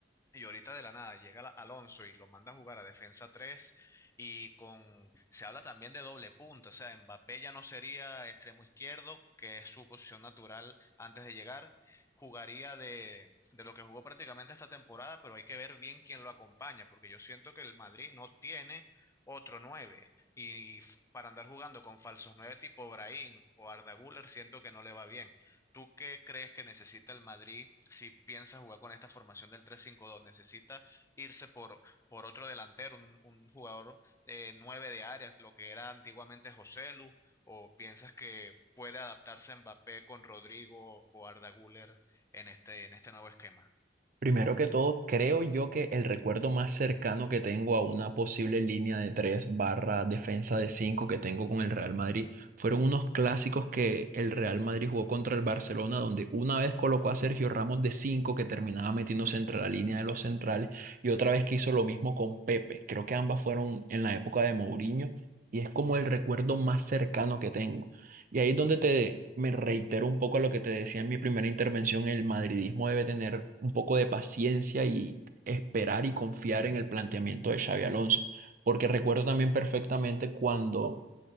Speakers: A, on the left; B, on the right.
A: y ahorita de la nada llega la- Alonso y lo manda a jugar a defensa 3 y con se habla también de doble punta, o sea, Mbappé ya no sería extremo izquierdo, que es su posición natural antes de llegar, jugaría de, de lo que jugó prácticamente esta temporada, pero hay que ver bien quién lo acompaña, porque yo siento que el Madrid no tiene otro 9 y f- para andar jugando con falsos 9 tipo Brahim o Arda Güler siento que no le va bien. ¿Tú qué crees que necesita el Madrid si piensa jugar con esta formación del 3-5-2? ¿Necesita irse por, por otro delantero, un, un jugador eh, nueve de área, lo que era antiguamente Joselu. ¿O piensas que puede adaptarse Mbappé con Rodrigo o Arda Güler en este, en este nuevo esquema?
B: Primero que todo, creo yo que el recuerdo más cercano que tengo a una posible línea de 3 barra defensa de 5 que tengo con el Real Madrid fueron unos clásicos que el Real Madrid jugó contra el Barcelona, donde una vez colocó a Sergio Ramos de 5 que terminaba metiéndose entre la línea de los centrales y otra vez que hizo lo mismo con Pepe. Creo que ambas fueron en la época de Mourinho y es como el recuerdo más cercano que tengo. Y ahí es donde te, me reitero un poco a lo que te decía en mi primera intervención, el madridismo debe tener un poco de paciencia y esperar y confiar en el planteamiento de Xavi Alonso, porque recuerdo también perfectamente cuando